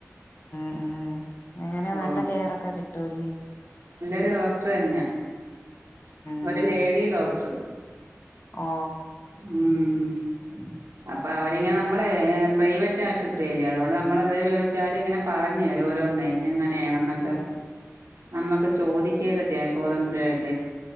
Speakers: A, on the left; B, on the right.
A: ആ അങ്ങനെ
B: ഓ
A: നല്ല കെയറൊക്കെ കി ട്ടുല്ലേ
B: ഇത് ഡോക്ടർ തന്യ
A: ഉം
B: ഒരു ലേഡി ഡോക്ടർ
A: ഓ
B: ഉം അപ്പൊ അവരിങ്ങനെ നമ്മളെ പ്രൈവറ്റ് ആശുപത്രി അല്ലേ അതുകൊണ്ട് നമ്മൾ എന്തായും ചോദിച്ചാലല് ഇങ്ങനെ പറഞ്ഞേരു ഓരോന്നേ അങ്ങനെയാണെന്നൊക്കെ
A: ഉം
B: നമ്മക്ക് ചോദിക്കുക്യോക്കെ
A: ഉം
B: ചെയ്യാ സ്വാതന്ത്ര്യട്ട്